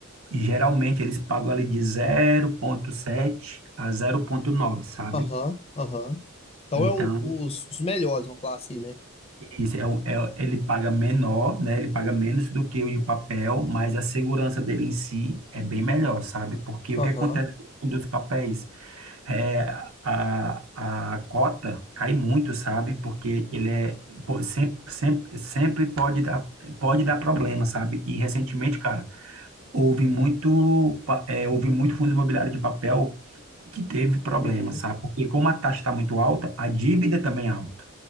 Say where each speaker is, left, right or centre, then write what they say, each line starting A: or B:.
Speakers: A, on the right; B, on the left.
A: e geralmente eles pagam ali de zero vírgula sete a zero vírgula nove sabe?
B: Aham, aham. Então
A: Então,
B: é o- os, os melhores, vamos falar assim, né?
A: Isso, é, um- é- ele paga menor, né? Ele paga menos do que o de papel, mas a segurança dele em si é bem melhor, sabe? Porque
B: Aham,
A: o que acontece com os papéis? É, a, a cota cai muito, sabe? Porque ele é, pô, sempre, sempre, sempre pode dar, pode dar problema, sabe? E recentemente, cara, houve muito, pa- é, houve muito fundo imobiliário de papel que teve problema,
B: uhum,
A: sabe? Porque como a taxa está muito alta, a dívida também é alta